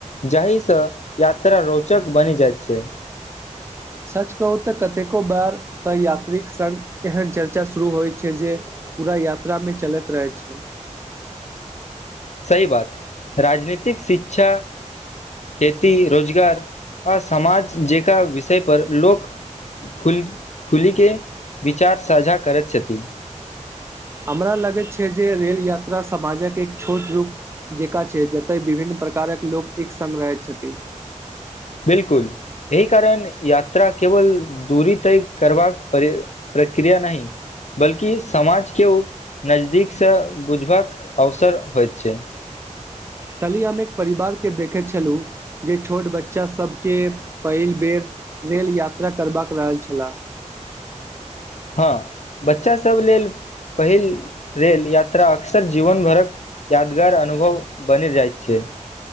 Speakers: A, on the left (about 60°); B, on the right (about 20°).
A: जाहि सँ यात्रा रोचक बनि जाइत छै
B: सच कहू तऽ कतेको बेार सह यात्रीक सङ्ग एहन चर्चा शुरू होइत छै जे पूरा यात्रा में चलैत रहै छै
A: सही बात राजनीतिक शिक्षा खेती रोजगार आ समाज जेका विषय पर लोक खल खुलीके विचार साझा करैत छथि
B: हमरा लगैत छै जे रेल यात्रा समाजक एक छोट रूप जेका छै जतय विभिन्न प्रकारक लोक एक संग‌ रहैत छथि
A: बिल्कुल एहि कारण यात्रा केवल दूरी तय करबाक प्रक्रिया नहि बल्कि समाज के ओ नजदीक सँ बुझबाक अवसर होइत छैय
B: काल्हि हम एक परिवार के देखैत छलहुँ जे छोट बच्चा सबके पहिल बेर रेल यात्रा करबाका रहल छलाह
A: हँ बच्चासभ लेल पहिल रेल यात्रा अक्सर जीवन भरक यादगार अनुभव बनि जाइत छैय